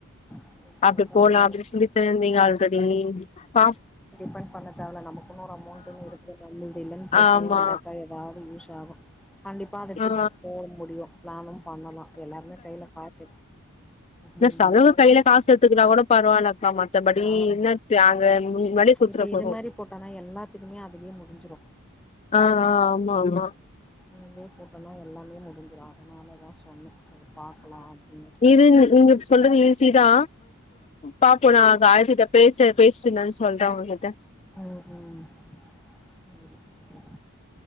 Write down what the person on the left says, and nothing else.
அப்டி போலா
அப்டின் சொல்லிட்டு நீங்க ஆல்ரெடி பா
ஆமா
ஆ
எ சலக கையில காசு எடுத்துக்டா கூட பரவாலக்கா மத்தபடி
என்ன அங்க முன்னாடி குத்துற
போறோ
ஆ ஆ ஆமா ஆமா
இது நீங்க சொல்றது ஈசீதா பாப்போ நா காயத்துட்ட பேச பேசுட்டு என்னனு சொல்ற உங்ககிட்ட